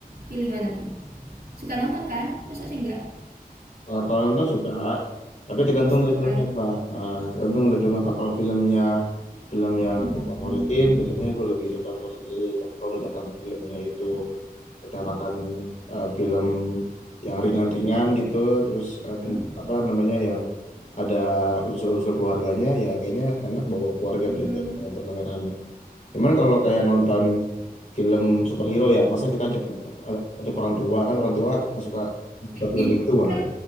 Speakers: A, on the right; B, on the left.
A: pilih mana tuh? Suka nonton kan? Masa sih enggak?
B: Eh, kalau nonton suka, tapi tergantung
A: Nggak suka
B: dari
A: kan?
B: film apa. Eh, tergantung dari film apa. Kalau filmnya film yang
A: Hmm.
B: aku favoritin, biasanya aku lebih suka nonton sendiri. Tapi kalau misalkan filmnya itu utamakan eh, film yang ringan-ringan gitu terus eh, ten-
A: Hmm?
B: apa namanya yang ada unsur-unsur keluarganya ya kayaknya enak bawa keluarga
A: Hmm.
B: deh biar nonton rame-rame cuman kalau kayak nonton film superhero ya masa kita ajak untuk orang tua kan orang tua nggak suka nggak suka film
A: Ih,
B: begituan
A: kan